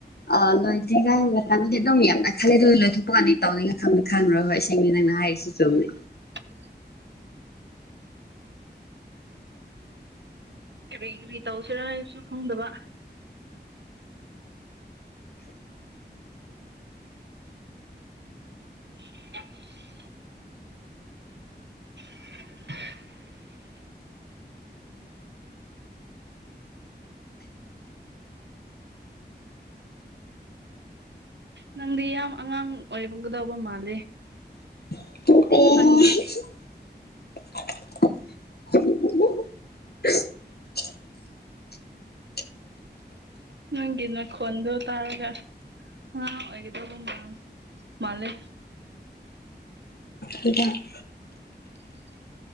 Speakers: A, on the left; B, on the right.
A: ꯑ ꯂꯣꯏꯗ꯭ꯔꯤꯉꯥꯏ ꯃꯇꯝ ꯗꯤ ꯑꯗꯨꯝ ꯌꯥꯝꯅ ꯈꯜꯂꯦ ꯑꯗꯨ ꯂꯣꯏꯊꯣꯛꯄ ꯀꯥꯟꯗꯤ ꯇꯧꯅꯤꯡꯉꯥꯏ ꯈꯪ ꯈꯪ ꯉꯥꯔꯣꯏ ꯍꯣꯏ ꯁꯦꯡꯀꯤ ꯅꯪꯅ ꯍꯥꯏꯔꯤꯁꯦ ꯆꯨꯝꯃꯦ
B: <unintelligible> ꯀꯔꯤ ꯀꯔꯤ ꯇꯧꯁꯤꯔꯥ ꯍꯥꯏꯕꯁꯨ ꯈꯪꯗꯕ <unintelligible> <unintelligible> ꯅꯪꯗꯤ ꯌꯥꯝ ꯑꯉꯥꯡ ꯑꯣꯏꯔꯝꯒꯗꯧꯕ ꯃꯥꯜꯂꯦ
A: ꯑ
B: ꯅꯪꯒꯤ
A: <unintelligible> <unintelligible>
B: ꯅꯪꯒꯤ ꯅꯥꯈꯣꯟꯗꯣ ꯇꯥꯔꯒ ꯑꯉꯥꯡ ꯑꯣꯏꯒꯗꯧꯕ ꯃꯥꯜꯂꯦ
A: ꯍꯗ <unintelligible>
B: ꯑ <unintelligible>